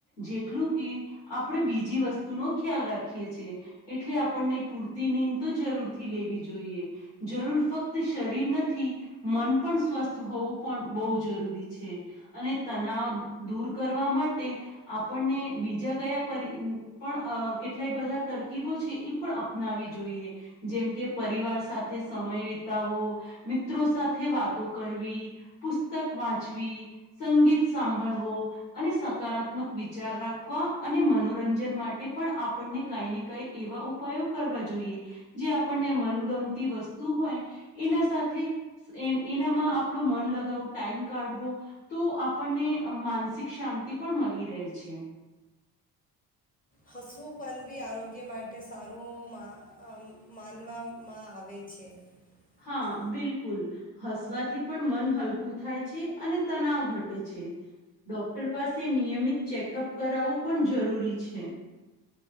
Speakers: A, on the left (about 85°); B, on the left (about 20°).
A: જેટલું કે આપડે બીજી વસ્તુનો ખ્યાલ રાખીએ છે. એટલે આપણને પૂરતી નીંદ તો જરૂરથી લેવી જોઈએ. જરૂર, ફક્ત શરીર નથી, મન પણ સ્વસ્થ હોવું પણ બહુ જરૂરી છે. અને તનાવ દૂર કરવા માટે, આપણને બીજા કયા પર અહ પણ કેટલાય બધા તરકીબો છે, એ પણ અપનાવી જોઈએ. જેમ કે પરિવાર સાથે સમય વિતાવો, મિત્રો સાથે વાતો કરવી પુશ સ્તક વાચવી, સંગીત સાંભળવો અને સકારાત્મક વિચાર રાખવા અને મનોરંજન માટે પણ આપણને કાઈ ને કંઈ એવા ઉપાયો કરવા જોઈએ, જે આપણને મનગમતી વસ્તુ હોય એના સાથે, એનામાં આપણું મન લગાવુ ટાઈમ કાઢવો, તો આપણને માનસિક શાંતિ પણ મલી રહે છે.
B: હસવું પણ બી આરોગ્ય માટે સારું માં અહ માનવામાં આવે છે.
A: હા,
B: આ
A: બિલકુલ હસવાથી પણ મન હલકું થાય છે અને તનાવ ઘટે છે. ડોક્ટર પાસે નિયમિત ચેકઅપ કરાવવું પણ જરૂરી છે.